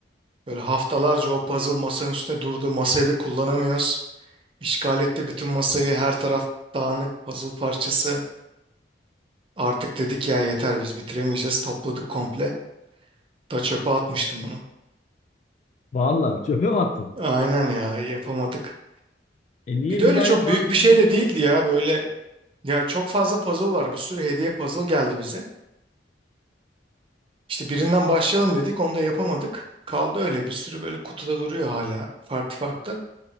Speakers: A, on the right; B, on the left.
A: böyle haftalarca o puzzle masanın üstünde durdu. Masayı da kullanamıyoruz. İşgal etti bütün masayı. Her taraf dağınık puzzle parçası. Artık dedik ya yeter biz bitiremeyeceğiz. Topladık komple. Da çöpe atmıştım bunu.
B: Valla çöpe mi attın?
A: Aynen ya yapamadık.
B: E niye
A: Bir de öyle
B: bir daha
A: çok
B: yapardın
A: büyük
B: sonra?
A: bir şey de değildi ya böyle. Ya çok fazla puzzle var. Bir sürü hediye puzzle geldi bize. İşte birinden başlayalım dedik onu da yapamadık. Kaldı öyle bir sürü böyle kutuda duruyor hala farklı farklı.